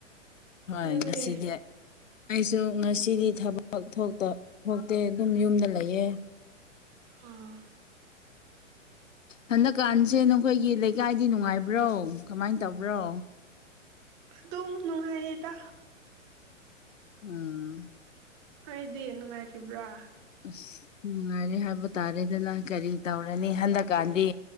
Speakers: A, on the left; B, on the right.
A: ꯍꯣꯏ
B: ꯅꯪꯗꯤ
A: ꯉꯁꯤꯗꯤ ꯑꯩꯁꯨ ꯉꯁꯤꯗꯤ ꯊꯕꯛ ꯊꫭꯛꯇ ꯊꯣꯛꯇꯦ ꯑꯗꯨꯝ ꯌꯨꯝꯗ ꯂꯩꯌꯦ
B: ꯑꯥ
A: ꯍꯟꯗꯛꯀꯥꯟꯁꯦ ꯅꯈꯣꯏꯒꯤ ꯂꯩꯀꯥꯏꯗꯤ ꯅꯨꯡꯉꯥꯏꯕ꯭ꯔꯣ ꯀꯃꯥꯏ ꯇꯧꯕ꯭ꯔꯣ
B: ꯑꯗꯨꯝ ꯅꯨꯡꯉꯥꯏꯌꯦꯗ
A: ꯎꯝ
B: ꯅꫭꯏꯗꯤ ꯅꯨꯡꯉꯥꯏꯔꯤꯕ꯭ꯔꯥ
A: ꯑꯁ ꯅꯨꯡꯉꯥꯏꯔꯦ ꯍꯥꯏꯕ ꯇꯥꯔꯦꯗꯅ ꯀꯔꯤ ꯇꯧꯔꯅꯤ ꯍꯟꯗꯛꯀꯥꯟꯗꯤ